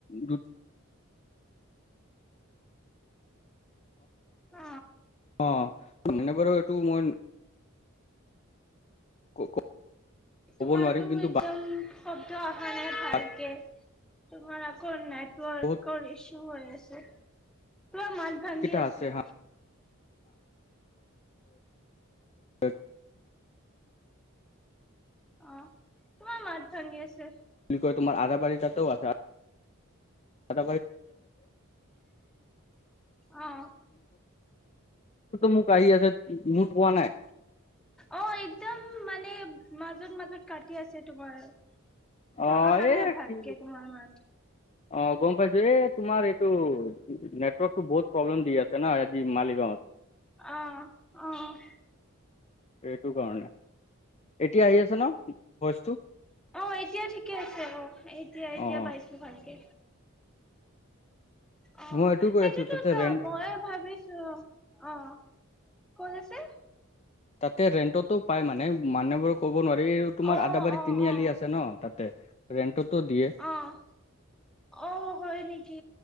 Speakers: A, on the left (about 30°); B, in the centre.
A: দু
B: অ
A: অ মানে বাৰু এইটো মই ক'ব
B: তোমাৰতটো
A: নোৱাৰিম কিন্তু
B: একদম শব্দ অহা নাই ভালকে
A: বাকী
B: তোমাৰ আকৌ নেটৱৰ্কৰ
A: বহুত
B: ইছু হৈ আছে পোৰা মাত ভাগি
A: কেইটা
B: আছে
A: হা <unintelligible>
B: অ তোমাৰ মাত ভাঙি আছে
A: বুলি কয় তোমাৰ আধাবাৰী তাতেও আছে <unintelligible> ত
B: অ
A: মোক ক আহ আছে মুটোৱা নাই
B: অ একদম মানে মাজত মাজত কাটি আছে তোমাৰ
A: অ
B: অহা
A: এ
B: নাই ভালকে
A: কি
B: তোমাৰ মাত
A: অ গম পাইছো এ তোমাৰ এই টো নেটৱৰ্ক টো বহুত প্ৰব্লেম দিআছে না আজি মালিগাঁৱত
B: অহ অহ
A: এইটো কাৰণে, এতিয়া আহি আছে ন ভইচটো?
B: অ', এতিয়া ঠিকে আছে অ', এতিয়া- এতিয়া
A: অ
B: পাইছো ভালকে। অ',
A: মই এইটো কৈ
B: সেইটোতো
A: আছো তাতে
B: চোৱা,
A: ৰেন্ট
B: ময়ো ভাবিছো অ'। ক'ত আছে?
A: তাতে ৰেন্টতো পায় মানে মানুহবোৰ ক'ব নোৱাৰি, এ তোমাৰ
B: অ
A: আদাবাৰী
B: অ
A: তিনিআলি
B: অ
A: আছে ন তাতে, ৰেন্টত তো দিয়ে।
B: অ অ' হয় নেকি?